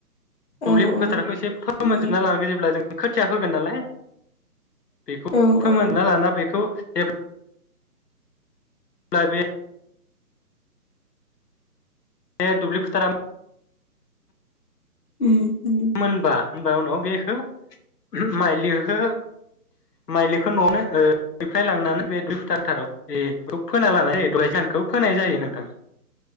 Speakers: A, on the left (about 75°); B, on the left (about 45°).
A: दुब्लि
B: औ औ
A: फोथारखौ एसे फोमोनजोबना
B: उम
A: लानांगोन जेब्ला जों खोथिया फोगोन नालाय बेखौ
B: औ
A: फोमोनना
B: औ
A: लाना बेखौ जेब ब्ला बे बे दुब्लि फोथारा
B: उम उम
A: मोनबा होनबा उनाव बे <unintelligible> माइलिखो-माइलिखो न'आवनो फाय लांनान <unintelligible> फोना लानाय जायो <unintelligible> <unintelligible> फोनाय जायो नोंथां।